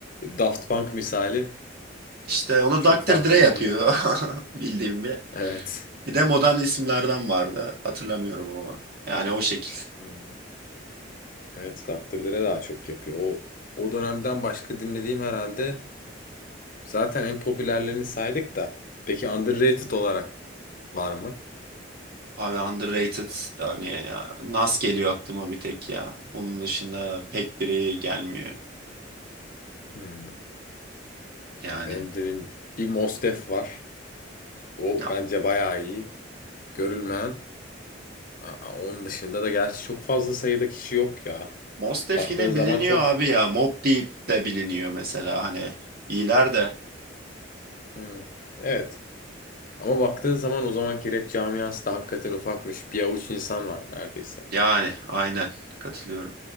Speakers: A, on the left; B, on the right.
A: Daft Punk misali
B: İşte onu
A: çok
B: Dr.
A: farklı
B: Dre yapıyor
A: bir şey yap.
B: <laughs> bildiğim bir.
A: Evet.
B: Bir de modern isimlerden vardı hatırlamıyorum ama. Yani o şekil.
A: Hı. Evet, Dr. Dre daha çok yapıyor. O o dönemden başka dinlediğim herhalde zaten en popülerlerini saydık da. Peki underrated olarak var mı?
B: Abi underrated yani ya, Nas geliyor aklıma bir tek ya. Onun dışında pek biri gelmiyor
A: Hı.
B: yani.
A: Ben dedim bir Mostef var. O
B: Ya
A: bence bayağı iyi. Görülmeyen. Aa, onun dışında da gerçi çok fazla sayıda kişi yok ya.
B: Mos Def
A: Baktığın
B: yine
A: zaman
B: biliniyor
A: çok...
B: abi ya. Mobb Deep de biliniyor mesela hani İyiler de.
A: Hmm, evet. Ama baktığın zaman o zamanki rap camiası da hakikaten ufakmış. Bir avuç insan var neredeyse.
B: Yani aynen katılıyorum.